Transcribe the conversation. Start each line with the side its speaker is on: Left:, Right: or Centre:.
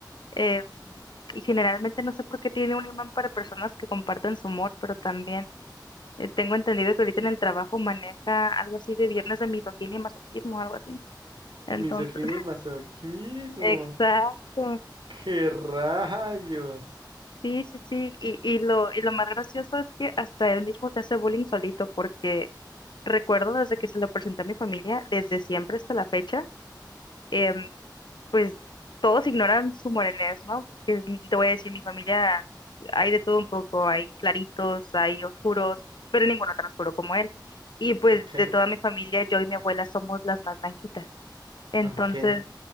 Left: eh, y generalmente no sé por qué tiene un imán para personas que comparten su humor, pero también eh, tengo entendido que ahorita en el trabajo maneja algo así de viernes de misoginia y masoquismo, algo así. Entonces,
Right: Misoginia y masoquismo.
Left: exacto.
Right: ¡Qué rayos!
Left: Sí, sí, sí, y, y lo, y lo más gracioso es que hasta él mismo se hace bullying solito, porque recuerdo desde que se lo presenté a mi familia, desde siempre hasta la fecha, em, pues todos ignoran su morenés ¿no? Que es- te voy a decir, mi familia hay de todo un poco, hay claritos, hay oscuros, pero ninguno tan oscuro como él. Y pues
Right: Ok,
Left: de toda mi familia, yo y mi abuela somos las más blanquitas. Entonces,
Right: ok.